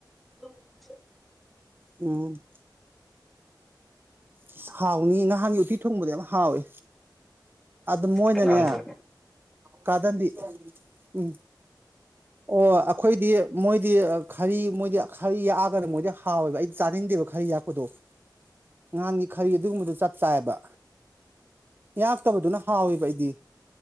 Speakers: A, in the centre; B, on the right (about 30°).
A: ꯑꯣꯐ <unintelligible>
B: ꯎꯝ <unintelligible> ꯑꯁ ꯍꯥꯎꯅꯤꯌꯦ ꯅꯍꯥꯟꯒꯤ ꯎꯇꯤ ꯊꯣꯡꯕꯗꯣ ꯌꯥꯝ ꯍꯥꯎꯋꯦ ꯑꯗꯨ ꯃꯣꯏꯅꯅꯦ
A: ꯀꯅꯥꯅ ꯊꯣꯡꯉꯤ
B: ꯀꯥꯗꯟꯗꯤ ꯎꯝ ꯑꯣ ꯑꯩꯈꯣꯏꯗꯤ ꯃꯣꯏꯗꯤ ꯈꯔꯤ ꯃꯣꯏꯗꯤ ꯈꯔꯤ ꯌꯥꯛꯑꯒꯅ ꯃꯣꯏꯗꯤ ꯍꯥꯎꯋꯦꯕ ꯑꯩꯗꯤ ꯆꯥꯅꯤꯡꯗꯦꯕ ꯈꯔꯤ ꯌꯥꯛꯄꯗꯣ
A: <inaudible>
B: ꯉꯍꯥꯟꯒꯤ ꯈꯔꯤ ꯑꯗꯨꯒꯨꯝꯕꯗꯨ ꯆꯞ ꯆꯥꯏꯕ ꯌꯥꯛꯇꯕꯗꯨꯅ ꯍꯥꯎꯋꯦꯕ ꯑꯩꯗꯤ